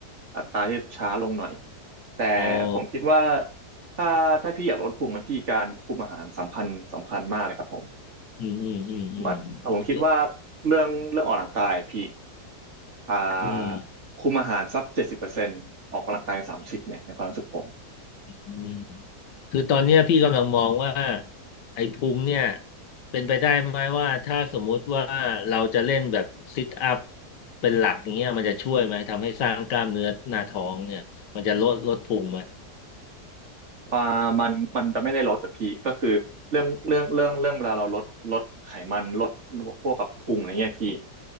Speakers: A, on the right; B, on the left.
A: อัตราที่ช้าลงหน่อยแต่ผมคิดว่า
B: โอ้
A: ถ้าถ้าพี่อยากลดพุงนะพี่การคุมอาหารสำคัญสำคัญมากเลยครับผม
B: อืมอืมอืมอืม
A: มันอ่ะผมคิดว่าเรื่องเรื่องออกกำลังกายพี่อ่า
B: อืม
A: คุมอาหารสักเจ็ดสิบเปอร์เซ็นต์ออกกำลังกายสามสิบเนี่ยในความรู้สึกผม
B: อืมคือตอนเนี้ยพี่กำลังมองว่าไอ้พุงเนี่ยเป็นไปได้ไหมว่าถ้าสมมุติว่าเราจะเล่นแบบซิทอัพเป็นหลักอย่างเงี้ยมันจะช่วยไหมทำให้สร้างกล้ามเนื้อหน้าท้องเนี่ยมันจะลดลดพุงไหม
A: มามันมันจะไม่ได้ลดแต่พี่ก็คือเรื่องเรื่องเรื่องเรื่องเวลาเราลดลดไขมันลดพวกกับพุงอะไรเงี้ยพี่